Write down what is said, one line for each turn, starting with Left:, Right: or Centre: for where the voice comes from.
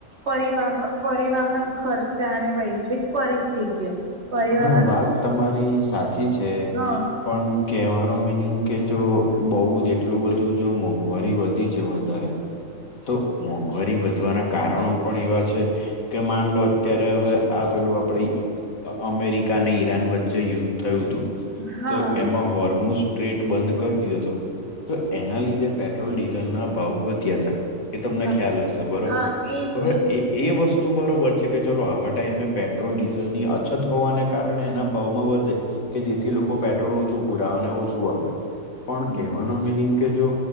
Right: પરીવાહ પરિવહન ખર્ચા અને વૈશ્વિક પરિસ્થિતિઓ પરિવહન
Left: હા વાત તમારી સાચી છે
Right: હા
Left: પણ કેહેવાનો મિનિંગ કે જો બહુ જ એટલું બધું જો મોંઘવારી વધી છે વધારે તો મોંઘવારી વધવાના કારણો પણ એવા છે. કે માનલો અત્યારે હવે આપેલું આપણે અમેરિકા અને ઈરાન વચ્ચે યુદ્ધ થયું હતું
Right: હા
Left: તો એમાં હોર્મોશુ ટ્રેટ બંધ કરી દીધો હતો તો એના લીધે પેટ્રોલ ડીઝલના ભાવ વધ્યાતા. એ તમને
Right: હા
Left: ખ્યાલ હશે બરોબર
Right: હા એજ
Left: હવે
Right: એજ
Left: એ એ વસ્ તું બરોબર છે કે ચાલો આવા ટાઈમે પેટ્રોલ ડીઝલ ની અછત હોવાને કારણે એના ભાવમાં વધે કે જેથી લોકો પેટ્રોલ ઓછું પુરાવે અને ઓછું વાપરે પણ
Right: હમ
Left: કહેવાનો
Right: હમ.
Left: મિનિંગ કે જો